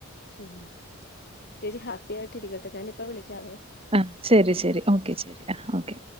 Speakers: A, on the left; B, on the right.
A: ഉം ചേച്ചി ഹാപ്പി ആയിട്ട് ഇരിക്കട്ടെ ഞാനിപ്പ വിളി വിളിക്കാവേ
B: ആഹ് ശരി ശരി ഓക്കെ ശരി ആഹ് ഓക്കെ